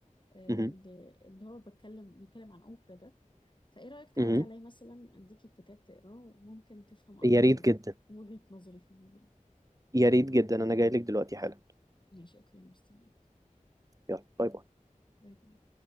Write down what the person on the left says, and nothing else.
آه،
اللي اللي هو بتكلم بيتكلم عن اوبرا ده فايه رايك تعدي
عليا مثلا اديك الكتاب تقراه وممكن تفهم اكتر
وجهه نظري في الموضوع
ماشي اوكي انا مستنيك
باي باي